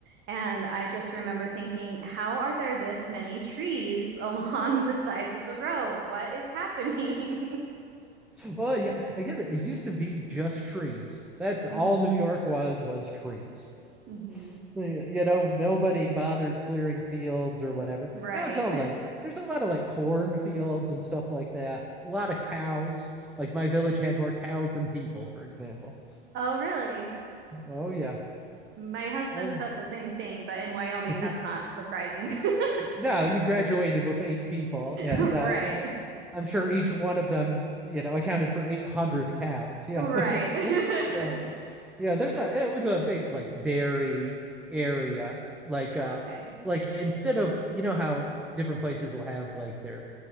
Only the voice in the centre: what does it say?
Well, yeah, I guess it, used to be just trees. That's all
New York was, was trees.
You know, nobody bothered clearing fields or whatever.
Now it's all
like there's a lot of like corn fields and stuff like that. A lot of cows. Like my village had more cows than people, for example.
Oh yeah.
Oh
<laughs>
no, you graduated with eight people, and
uh, I'm, I'm sure each one of them, you know, accounted for 800 cows. Yeah.
<laughs>
Yeah. Yeah. There's
a, it was a big like dairy area. Like, uh,
like instead of, you know, how different places will have like their,